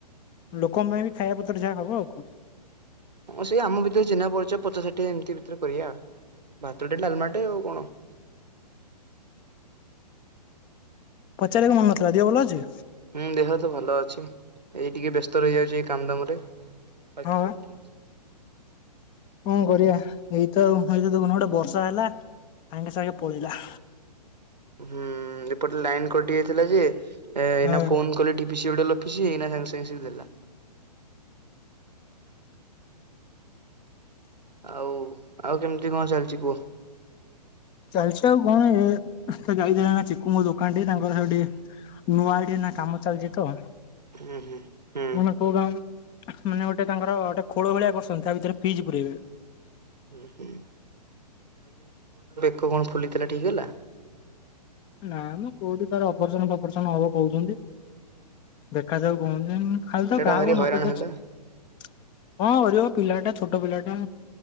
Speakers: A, on the left; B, on the right.
A: ଲୋକଙ୍କ ପାଇଁ ବି ଖାଇବା ପତ୍ର ଯାହା ହବ ଆଉ କଣ।
B: ହଁ ସେଇ ଆମ ଭିତରେ ଚିହ୍ନା ପରିଛ ପଚାଶ ଷାଠିଏ ଏମିତି ଭିତରେ କରିବା ଆଉ ଭାତଟେ ଡାଲମାଟେ ଆଉ କଣ।
A: ପଚାରିବାକୁ ମନ ନଥିଲା ଧିଅ ଭଲ ଅଛି?
B: ହୁଁ ଦେହ ତ ଭଲ ଅଛି ଏଇ ଟିକେ ବ୍ୟସ୍ତ ରହିଯାଉଛି ଏ କାମ ଦାମ ରେ ବାକି
A: ହଁ
B: ସବୁ ଠିକ୍।
A: ହଁ କରିବା ଏଇ ତ ଆଉ ହେଇ ତ ଦେଖୁନା ଗୋଟେ ବର୍ଷା ହେଲା ସାଙ୍ଗେ ସାଙ୍ଗେ ପଳେଇଲା।
B: ହୁଁ ଏପଟେ ଲାଇନ କଟି ଯାଇଥିଲା ଯେ ଏ ଏଇନା
A: ହଁ
B: ଫୋନ କଲେ T P C O D L office ଏଇନା ସାଙ୍ଗେ ସାଙ୍ଗେ ସିଏ ଦେଲା। ଆଉ ଆଉ କେମିତି କଣ ଚାଲିଛି କୁହ?
A: ଚାଲିଛି ଆଉ କଣ ଏ ତ ଯାଇଥିଲା ନା ଚିକୁ ମୋ ଦୋକାନ ଟେ ତାଙ୍କ ଠାରୁ ଟିକେ ନୂଆ ଆଡି ନା କାମ ଚାଲିଛି ତ
B: ହୁଁ ହୁଁ ହୁଁ
A: ମାନେ କୋଉ ଗାଁ? ମାନେ ଗୋଟେ ତାଙ୍କର ଗୋଟେ ଖୋଳ ଭଳିଆ କରୁଛନ୍ତି ତା ଭିତରେ ଫ୍ରିଜ୍ ପୁରେଇବେ
B: ହୁଁ ହୁଁ ଆଣ୍ଠୁ କଣ ଫୁଲିଥିଲା ଠିକ୍ ହେଲା?
A: ନା ମ କୋଉଠି ତାର ଅପରେସନ ଫପରେସନ ହବ କହୁଛନ୍ତି। ଦେଖାଯାଉ କଣ ହଉଛି। ଖାଲି
B: ପିଲାଟା
A: ତ କାହାକୁ
B: ଭାରି
A: ନ
B: ହଇରାଣ
A: ପଚାର
B: ହେଲା
A: କଣ କରିବ ପିଲାଟା ଛୋଟ ପିଲାଟା।